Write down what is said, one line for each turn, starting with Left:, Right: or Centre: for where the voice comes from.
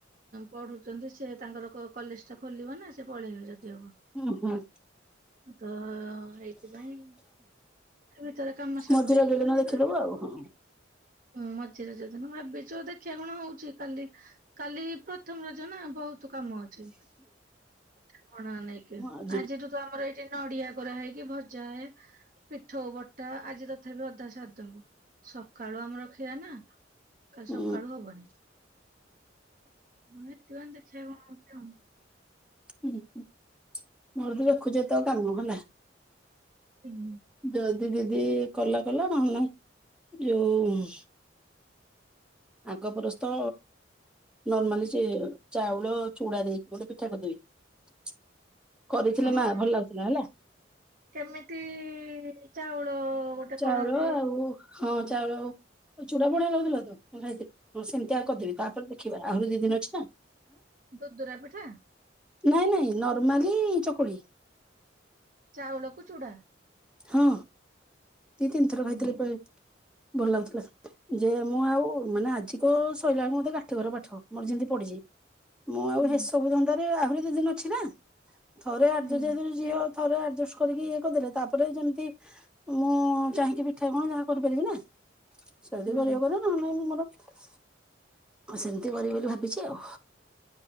Right: ପଢୁଛନ୍ତି ସେ ତାଙ୍କର କ କଲେଜଟା ଖୋଲିବ ନା ସେ ପଳେଇବେ ଯଦି ହବ।
Centre: ହୁଁ ହୁଁ
Right: ତ ହେଇଥିପାଇଁ ତା ଭିତରେ କାମ ସା
Centre: ମଝି
Right: ଦେଇକି
Centre: ରଜ ଦିନ
Right: ନା
Centre: ଦେଖିଦବୁ
Right: ସେ
Centre: ଆଉ ହଁ।
Right: ହୁଁ ମଝି ରଜ ଦିିନ ଭାବିଛୁ ଦେଖିବା କଣ ହଉଛି କାଲି। କାଲି ପ୍ରଥମ ରଜ ନା ବହୁତ କାମ ଅଛି। <unintelligible> ନେଇକି
Centre: ଆଜି
Right: ଆଜିଠୁ ତ ଆମର ଏଇଠି ନଡିଆ କୋରା ହେଇକି ଭଜାଏ ପିଠୋଉ ବଟା ଆଜିର ତଥାପି ଅଧା ସାରିଦବୁ ସକାଳୁ ଆମର ଖିଆ ନା। କାଲି
Centre: ହୁଁ
Right: ସକାଳୁ ହବନି। ମୁଁ <unintelligible> ହେଥିପାଇଁ ଦେଖିଆ କଣ ହଉଚି ଆଉ।
Centre: ଉଁ ହୁଁ ମୋର ବି <unintelligible> ଏଇତ କାମ ହେଲା।
Right: <inaudible>
Centre: ଯଲ୍ଦି ଦିଦି କଲା କଲା ନହେଲେ ନାହିଁ। ଯୋଉ ଆଙ୍କ ପରସ୍ତ ନର୍ମାଲି ସେ ଚାଉଳ ଚୂଡା ଦେଇକି ଗୋଟେ ପିଠା କରିଦେବି। କରିଥିଲେ
Right: ହଁ
Centre: ମା ଭଲ ଲାଗୁଥିଲା ହେଲା।
Right: କେମିତି ଚାଉଳ ଗୋଟେ
Centre: ଚାଉଳ
Right: କରନ୍ତି
Centre: ଆଉ ହଁ ଚାଉଳ ଆଉ ଆଉ ଚୁଡା ଫୂଡ଼ା ଖାଉଥିଲ ତ ହଁ ଖାଇଥିଲି। ହଁ ସେମିତିଆ କରିଦେବି ତାପରେ ଦେଖିବା ଆହୁରି ଦି ଦିନ ଅଛି ନାଁ।
Right: ଦୁଦୁରା ପିଠା।
Centre: ନାଇଁ ନାଇଁ ନର୍ମାଲି ଚକୁଳି
Right: ଚାଉଳକୁ ଚୁଡା।
Centre: ହଁ ଦି ତିନିଥର
Right: ହୁଁ
Centre: କହିଥିଲେ ଭଲ ଲାଗୁଥିଲା। ଯେ ମୁଁ ଆଉ ମାନେ ଆଜି କ ସରିଲା ବଳେ ମତେ କାଠି କର ପାଠ ମୋର ଯେମିତି ପଢିଛି। ମୁଁ ଆଉ
Right: ହୁଁ
Centre: ହେସବୁ ଧନ୍ଦାରେ ଆହୁରି ଦି ଦିନ ଅଛି ନା ଥରେ ଆର୍
Right: ହୁଁ
Centre: ଯେତୁ ଝିଅ ଥରେ ଆଡଜଷ୍ଟ କରିକି ଇଏ କରିଦଲେ ତାପରେ ଯେମିତି ମୁଁ ଚାହିଁକି ପିଠା କଣ ଯାହା କରିପାରିବି ନା <unintelligible> ନ
Right: ହୁଁ
Centre: ନାଇ ମୁଁ ମୋର ସେମିତି କରିବି ବୋଲି ଭାବିଛି ଆଉ।